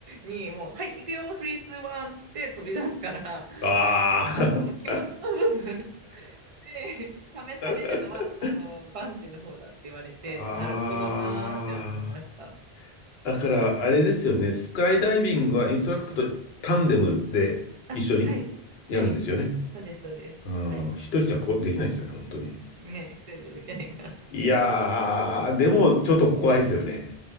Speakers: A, on the right; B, on the left.
A: にもう、はい、行くよ、スリー、ツー、ワンっつって飛び出すから、
B: あー。
A: なんかその気持ちの部分で <laughs> 試されるのは、
B: <laughs>
A: あの、バンジーの方だって言われて、
B: あ
A: なるほどなーって思いました。
B: ー。だから、あれですよね。スカイダイビングはインストラクターとタンデムで一緒に
A: あ、はい、
B: やるんですよね。
A: はい、そうです、そうです。
B: うん。
A: はい。
B: 一人じゃこうできないですよね、本当に。
A: ね、一人じゃできないから。
B: いやー、でもちょっと怖いですよね。